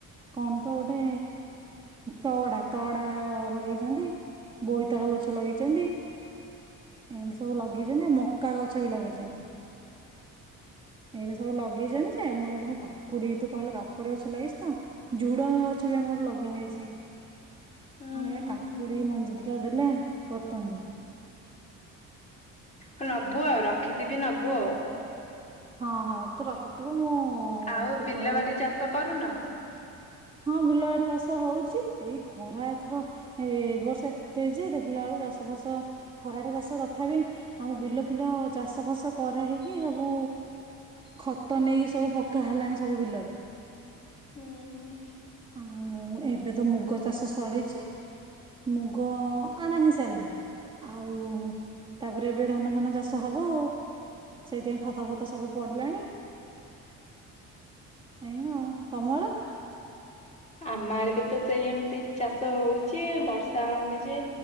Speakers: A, on the right; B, on the left.
A: କଣ ତ ଗୋଟେ ତଡା ତଡା ଲଗେଇ ବୋଇତାଳୁ ଗଛ ଲଗେଇଛନ୍ତି ଏମିତି ସବୁ ଲଗେଇଛନ୍ତି ଆଉ ମକା ଗଛ ବି ଲଗେଇଛନ୍ତି ଏମିତି ସବୁ ଲଗେଇଛନ୍ତି ଯେ ମୁଁହିଲି ଦେ କାକୁଡି ତୁ କହିଲୁ କାକୁଡି ଗଛ ଲଗେଇଛି ତ ଝୁଡଙ୍ଗ ଗଛ ବି ଆମର ଲଗା ହେେଇଛି
B: ହୁଁ
A: ହଁୟା
B: ହୁଁ
A: କା ମଞ୍ଜି ଦି ଟା ଦେଲେ ପତନ୍ତି
B: ହ ନବୁ ଆଉ ରଖିଥିବି ନବୁ ହବୁ ଆଉ
A: ହଁ ହଁ ତ ରଖିଥିବ ମୁଁ
B: ଆଉ
A: କେତେବେଳେ
B: ବିଲ ବାଡି ଚାଷ କରୁନ
A: ହଁ ବିଲ ଆଡିେ ଚାଷ ହଉଛି ଏଇ ଖରା ଏଥର ଏ ଏବ ବର୍ଷ ଏତେ ଯେ ଦେଖିଲା ବେଳୁ ଚାଷ ଫାସ ଖରାଡେ ଚାଷ ତଥାପି ଆମ ବିଲ ଫିଲ ଚାଷ ଫାସ କରା ହେେଇକି ସବୁ ଖତ ନେଇକି ସବୁ ପକା ହେଲାଣି ସବୁ ବିଲରେ
B: ହୁଁ ହୁଁ
A: ଆଉ ଏବେ ତ ମୁଗ ଚାଷ ସରିଛି ମୁଗ ଆଣା ହେଇ ସାରିଲାଣି ଆଉ ତାପରେ ଏବେ ଧାନ ଫାନ ଚାଷ ହବ ଆଉ ସେଇଥିପାଇଁ ଖତା ଫତ ସବୁ ପଡ଼ିଲାଣି ଆଜ୍ଞା ଆଉ ତମର
B: ଆମ ଆଡେ ବି ତ ସେଇ ଏମିତି ଚାଷ ହଉଛି ବର୍ଷା ହଉନି ଯେ